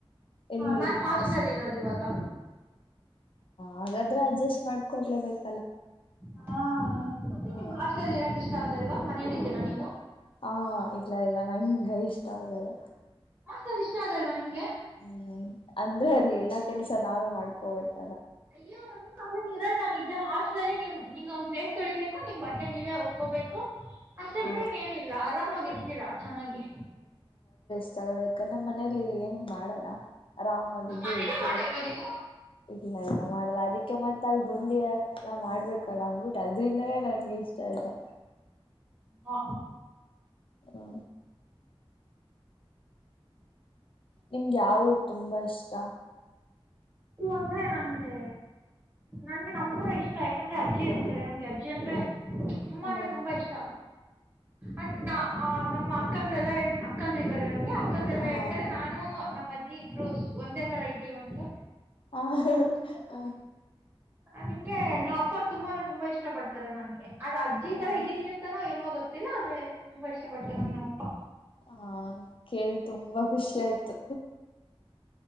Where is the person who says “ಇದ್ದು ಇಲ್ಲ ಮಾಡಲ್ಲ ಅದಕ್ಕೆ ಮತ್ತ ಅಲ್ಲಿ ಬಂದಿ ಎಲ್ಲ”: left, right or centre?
Left